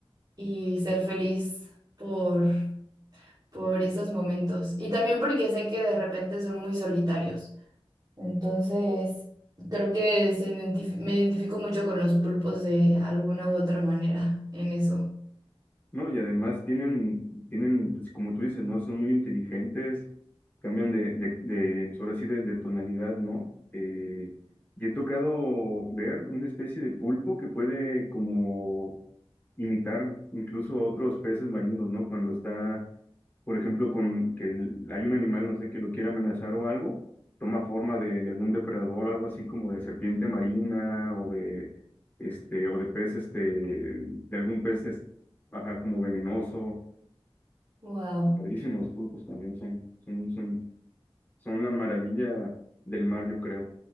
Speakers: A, on the right; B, on the left.
A: y ser feliz por, por esos momentos. Y también porque sé que de repente son muy solitarios. Entonces, creo que se identif- me identifico mucho con los pulpos de alguna u otra manera en eso.
B: No, y además tienen, tienen, pues como tú dices, ¿no? Son muy inteligentes, cambian de, de, de pues, ahora sí, de, de tonalidad, ¿no? Eh, y he tocado ver una especie de pulpo que puede como imitar incluso a otros peces marinos, ¿no? Cuando está por ejemplo, con que el- hay un animal, no sé, que lo quiere amenazar o algo, toma forma de, de algún depredador, algo así como de serpiente marina o de, este, o de pez, este, de algún pez, es- ajá, como venenoso.
A: Wow.
B: padrísimo los pulpos también son, son, son, son la maravilla del mar, yo creo.